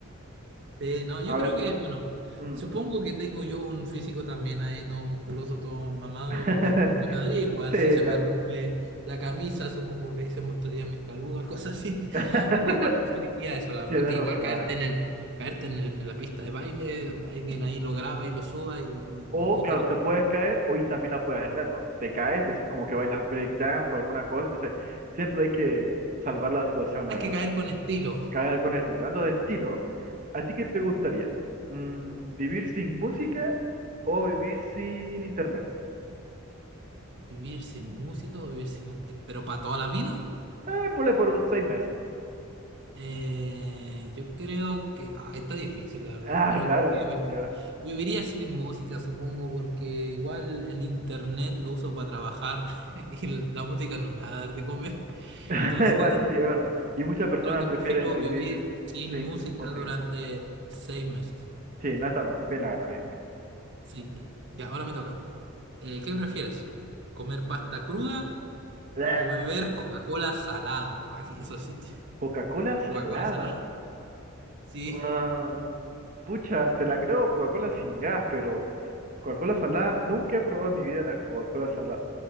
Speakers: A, on the right; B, on the right.
A: Sí, no, yo
B: A
A: creo
B: ver.
A: que, bueno,
B: mm.
A: supongo que tengo yo un físico también ahí, todo musculoso, todo mamado,
B: <laughs>
A: supongo que me daría igual,
B: Sí,
A: si se
B: claro.
A: me rompe la camisa, supongo que ahí se mostrarían mis calugas, cosas así. <laughs>
B: <laughs>
A: Entonces, igual preferiría eso, la verdad,
B: Tienes
A: que igual
B: razón,
A: caerte
B: la verdad.
A: en el, caerte en, el- en la pista de baile, alguien ahí lo graba y lo suba y, y
B: O,
A: hay
B: claro,
A: que,
B: te puedes caer o y también la puedes arreglar, ¿no? Te caes y haces como que bailas breakdance o alguna cosa. Entonces, siempre hay que salvar la situación, la
A: hay
B: verdad.
A: que caer con estilo.
B: Caer con estilo. Y Hablando de estilo, ¿a ti qué te gustaría? Mm, ¿vivir sin música o vivir sin internet?
A: Vivir sin música o vivir sin... inte- Pero para toda la vida.
B: Eh, ponle por unos seis meses.
A: Eh, yo creo que ah, está difícil, la verdad,
B: Ah,
A: pero
B: claro,
A: creo que vi-
B: claro.
A: viviría sin música, supongo, porque igual el internet lo uso para trabajar <laughs> y la música no me va a dar de comer.
B: <laughs>
A: Entonces,
B: Bueno, sí, es verdad. Y muchas personas
A: creo que
B: prefieren
A: prefiero
B: vivir
A: vivir sin
B: sin
A: música
B: música.
A: durante seis meses.
B: Sí, no está mal. Bien, la verdad, bien, bien.
A: Sí, ya, ya, ahora me toca. Eh, ¿qué prefieres? ¿Comer pasta cruda
B: Bleh.
A: o beber Coca-Cola salada? Aquí, eso sí, <laughs>
B: Coca-Cola salada.
A: Coca-Cola salada. Sí.
B: Ah, pucha, te la creo Coca-Cola sin gas, pero Coca-Cola salada, nunca he probado en mi vida la Coca-Cola salada